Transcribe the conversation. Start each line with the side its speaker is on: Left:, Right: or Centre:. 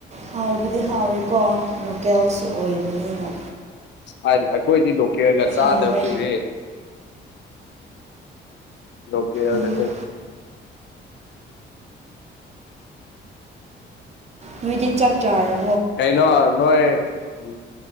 Right: ꯍꯥꯎꯕꯗꯤ ꯍꯥꯎꯋꯦꯀꯣ ꯂꯣꯀꯦꯜꯁꯨ ꯑꯣꯏꯕꯅꯤꯅ
Left: ꯍꯥꯏꯗꯤ ꯑꯩꯈꯣꯏꯗꯤ ꯂꯣꯀꯦꯜꯒ ꯆꯥꯗꯕ
Right: ꯍꯥꯎꯋꯦ
Left: ꯀꯨꯏꯔꯦ ꯂꯀꯦ ꯌꯥꯒꯁ
Right: ꯑꯌꯨꯛ ꯅꯨꯗꯤ ꯆꯥꯛ ꯆꯔ
Left: ꯍꯦꯅ ꯅꯣꯏ ꯎ